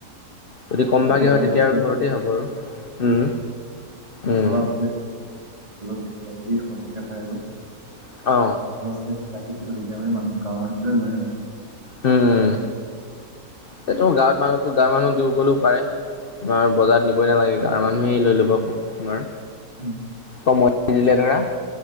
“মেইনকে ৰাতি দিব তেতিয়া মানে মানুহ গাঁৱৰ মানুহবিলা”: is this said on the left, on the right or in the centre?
Right